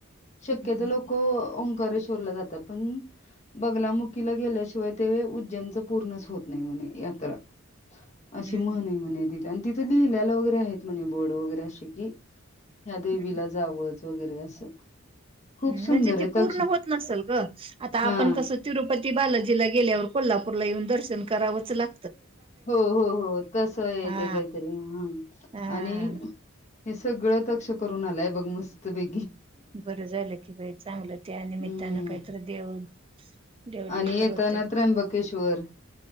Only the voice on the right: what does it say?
हम्म,
हम्म,
हम्म,
हम्म,
म्हणजे
ते पूर्ण
होत नसेल ग आता
आपण कसं तिरुपती बालाजीला गेल्यावर कोल्हापूरला येऊन दर्श ण करावंच लाग
हा
हा
बरं झालं की बाई चांगलं त्या निमित्तानं
काहीतरी देव देवदेव
तर होते